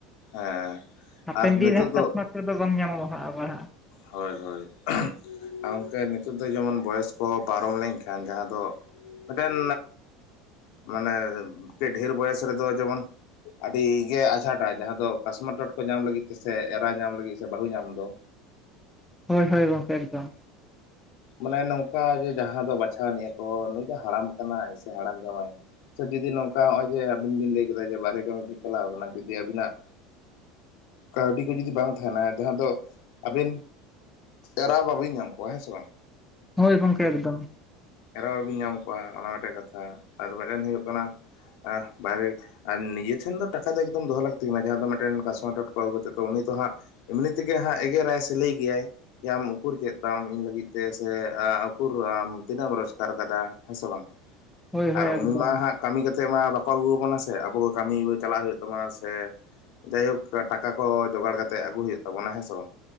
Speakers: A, on the left; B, in the centre.
A: ᱦᱮᱸ
B: ᱦᱟᱯᱮᱱ
A: ᱟᱨ
B: ᱫᱤᱱ
A: ᱱᱤᱛᱚᱜ
B: ᱨᱮᱦᱟᱸᱜ
A: ᱫᱚ
B: ᱠᱟᱥᱢᱟᱨ ᱴᱚᱴᱠᱚ ᱫᱚ ᱵᱟᱝ ᱧᱟᱢᱚᱜᱼᱟ ᱦᱟᱸᱜ ᱟᱵᱟᱨ ᱦᱟᱸᱜ
A: ᱦᱳᱭ ᱦᱳᱭ᱾ ᱜᱚᱢᱠᱮ ᱱᱤᱛᱚᱜ ᱫᱚ ᱡᱮᱢᱚᱱ ᱵᱚᱭᱚᱥ ᱠᱚ ᱯᱟᱨᱚᱢ ᱞᱮᱱᱠᱷᱟᱱ ᱡᱟᱦᱟᱸ ᱫᱚ ᱢᱤᱫᱴᱮᱱ ᱢᱟᱱᱮ ᱠᱟᱹᱡ ᱰᱷᱮᱨ ᱵᱚᱭᱚᱥ ᱨᱮᱫᱚ ᱡᱮᱢᱚᱱ ᱟᱹᱰᱤᱜᱮ ᱟᱸᱡᱷᱟᱴᱼᱟ ᱡᱟᱦᱟᱸ ᱫᱚ ᱠᱟᱥᱢᱟ ᱴᱚᱴᱠᱚᱡ ᱧᱟᱢ ᱞᱟᱹᱜᱤᱫ ᱛᱮᱥᱮ ᱮᱨᱟ ᱧᱟᱢ ᱞᱟᱹᱜᱤᱫ ᱥᱮ ᱵᱟᱹᱦᱩ ᱧᱟᱢ ᱫᱚ
B: ᱦᱳᱭ ᱦᱳᱭ ᱜᱚᱝᱠᱮ ᱮᱠᱫᱚᱢ᱾
A: ᱢᱟᱱᱮ ᱱᱚᱝᱠᱟ ᱡᱮ ᱡᱟᱦᱟᱸ ᱫᱚ ᱵᱟᱪᱷᱟᱣᱱᱤᱭᱟ ᱠᱚ ᱱᱩᱭ ᱫᱚ ᱦᱟᱲᱟᱢ ᱠᱟᱱᱟᱭ ᱥᱮ ᱦᱟᱲᱟᱢ ᱡᱟᱢᱟᱭ᱾ ᱥᱮ ᱡᱩᱫᱤ ᱱᱚᱝᱠᱟ ᱱᱚᱜᱼᱚᱭ ᱡᱮ ᱟᱵᱤᱱ ᱵᱤᱱ ᱞᱟᱹᱭ ᱠᱮᱫᱟ ᱡᱮ ᱵᱟᱦᱨᱮ ᱠᱟᱹᱢᱤ ᱵᱤᱱ ᱪᱟᱞᱟᱣ ᱠᱟᱱᱟ ᱡᱩᱫᱤ ᱟᱵᱤᱱᱟᱜ ᱠᱟᱹᱣᱰᱤ ᱠᱚ ᱡᱩᱫᱤ ᱵᱟᱝ ᱛᱟᱦᱮᱱᱟ ᱡᱟᱦᱟᱸ ᱫᱚ ᱟᱵᱮᱱ ᱮᱨᱟ ᱵᱟᱹᱵᱤᱱ ᱧᱟᱢ ᱠᱚᱣᱟ, ᱦᱮᱸ ᱥᱮ ᱵᱟᱝ?
B: ᱦᱳᱭ ᱜᱚᱢᱠᱮ ᱮᱠᱫᱚᱢ᱾
A: ᱮᱨᱟ ᱵᱟᱵᱤᱱ ᱧᱟᱢ ᱠᱚᱣᱟ ᱚᱱᱟ ᱢᱤᱫᱴᱮᱱ ᱠᱟᱛᱷᱟ ᱟᱨ ᱢᱤᱫᱴᱮᱱ ᱦᱩᱭᱩᱜ ᱠᱟᱱᱟ ᱵᱟᱭᱤᱠ ᱟᱨ ᱱᱤᱡᱮ ᱴᱷᱮᱱ ᱫᱚ ᱴᱟᱠᱟ ᱫᱚ ᱮᱠᱫᱚᱢ ᱫᱚᱦᱚ ᱞᱟᱹᱠᱛᱤ ᱠᱟᱱᱟ ᱡᱟᱦᱟᱸᱭ ᱫᱚ ᱢᱤᱫᱴᱮᱱ ᱠᱟᱥᱢᱚ ᱴᱚᱴᱠᱚ ᱟᱹᱜᱩ ᱠᱟᱛᱮᱜ ᱫᱚ ᱩᱱᱤ ᱛᱚ ᱦᱟᱸᱜ ᱮᱢᱱᱤ ᱛᱮᱜᱮ ᱦᱟᱸᱜ ᱮᱜᱮᱨᱟᱭ ᱥᱮ ᱞᱟᱹᱭ ᱜᱮᱭᱟᱭ ᱡᱮ ᱟᱢ ᱩᱠᱩᱨ ᱪᱮᱫ ᱛᱟᱢ ᱤᱧ ᱞᱟᱹᱜᱤᱫ ᱛᱮ ᱥᱮ ᱚᱹᱠᱩᱨ ᱟᱢ ᱛᱤᱱᱟᱹᱜ ᱮᱢ ᱨᱳᱡᱽᱜᱟᱨ ᱠᱟᱫᱟ ᱦᱮᱸ ᱥᱮ ᱵᱟᱝ
B: ᱦᱳᱭ ᱦᱳᱭ
A: ᱟᱨ
B: ᱮᱠᱫᱚᱢ
A: ᱩᱱᱤ ᱢᱟ ᱦᱟᱸᱜ ᱠᱟᱹᱢᱤ ᱠᱟᱛᱮᱜ ᱢᱟ ᱵᱟᱠᱚ ᱟᱹᱜᱩᱣᱟᱵᱚᱱᱟ ᱥᱮ ᱟᱵᱚ ᱜᱮ ᱠᱟᱹᱢᱤ ᱪᱟᱞᱟᱣ ᱦᱩᱭᱩᱜ ᱛᱟᱵᱚᱱᱟ ᱥᱮ ᱡᱟᱭ ᱦᱳᱠ ᱴᱟᱠᱟ ᱠᱚ ᱡᱚᱜᱟᱲ ᱠᱟᱛᱮ ᱟᱹᱜᱩ ᱦᱩᱭᱩᱜ ᱛᱟᱵᱚᱱᱟ, ᱦᱮᱸ ᱥᱮ ᱵᱟᱝ